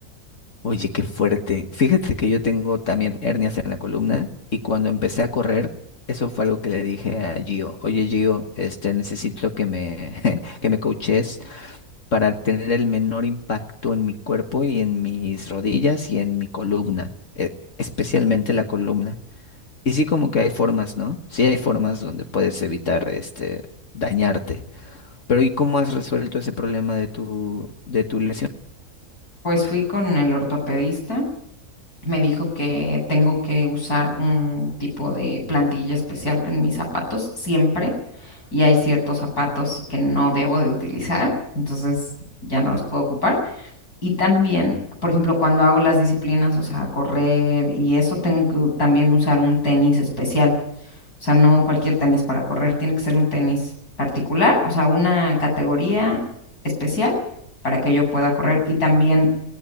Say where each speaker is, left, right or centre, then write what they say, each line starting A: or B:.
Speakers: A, on the left; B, on the left.
A: Oye, qué fuerte. Fíjate que yo tengo también hernias en la columna y cuando empecé a correr, eso fue algo que le dije a Gio. Oye, Gio, este, necesito que me, <laughs> que me coaches para tener el menor impacto en mi cuerpo y en mis rodillas y en mi columna, e- especialmente la columna. Y sí, como que hay formas, ¿no? Sí hay formas donde puedes evitar este dañarte. Pero ¿y cómo has resuelto ese problema de tu de tu lesión?
B: Pues fui con el ortopedista, me dijo que tengo que usar un tipo de plantilla especial en mis zapatos siempre, y hay ciertos zapatos que no debo de utilizar, entonces ya no los puedo ocupar. Y también, por ejemplo, cuando hago las disciplinas, o sea, correr y eso, tengo que también usar un tenis especial O sea, no cualquier tenis para correr, tiene que ser un tenis particular, o sea, una categoría especial para que yo pueda correr. Y también,